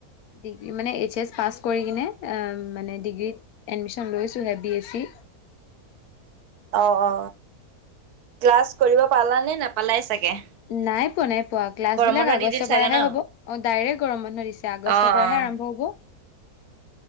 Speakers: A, on the left; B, on the right.
A: ডিগ্ৰী মানে এইচ এছ পাছ কৰি কিনে মানে ডিগ্ৰীত এডমিশ্যন লৈছোঁহে বি এছ চি।
B: অ অ ক্লাছ কৰিব পালানে নাপালাই চাগে।
A: নাই পোৱা নাই পোৱা। ক্লাছ
B: গৰম
A: বিলাক
B: বন্ধ
A: আগষ্টৰ
B: দি দিল চাগে
A: পৰাহে
B: ন?
A: হ'ব, অ ডাইৰেক্ট গৰম বন্ধ দিছে আগষ্টৰ
B: অ'
A: পৰাহে
B: অ'
A: আৰম্ভ হব।